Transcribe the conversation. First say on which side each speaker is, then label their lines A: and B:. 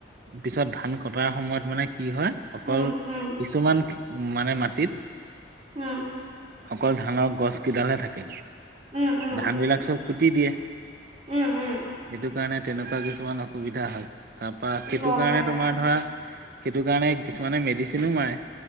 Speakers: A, on the right (about 50°); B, on the right (about 35°).
A: পিছত ধান কটাৰ সময়ত মানে কি হয় অকল
B: উম, উম,
A: কিছুমান উম মানে মাটিত
B: উম
A: অকল ধানৰ গছ কেইডালহে থাকে
B: উম, উম,
A: ধান বিলাক চব কুটি দিয়ে
B: উম, উম,
A: সেইটো কাৰণে তেনেকুৱা কিছুমান অসুবিধা হয় তাৰপৰা সেইটো
B: গম
A: কাৰণে
B: পাইছো।
A: তোমাৰ ধৰা সেইটো কাৰণে কিছুমানে মেডিচিনো মাৰে